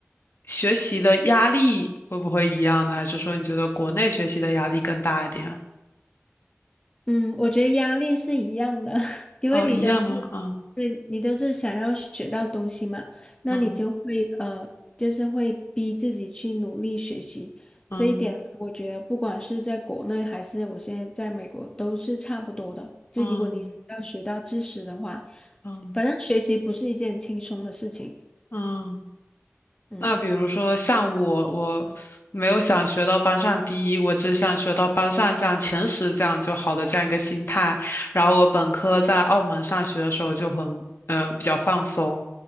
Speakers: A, on the left; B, on the left.
A: 学习的压力会不会一样呢？还是说你觉得国内学习的压力更大一点啊
B: 嗯，我觉得压力是一样的，<laughs> 因为你都是，
A: 哦，一样的吗？嗯
B: 对，你都是想要学到东西嘛，那你就会呃，
A: 嗯
B: 就是会逼自己去努力学习。
A: 嗯
B: 这一点的话我觉得不管是在国内还是我现在在美国都是差不多的。就如果你要学到知识的话，
A: 嗯嗯
B: 反正学习不是一件轻松的事情。
A: 嗯
B: 嗯，
A: 那比如说像我，我没有想学到班上第一，我只想学到班上这样前十这样就好的这样一个心态。然后我本科在澳门上学的时候就很呃比较放松，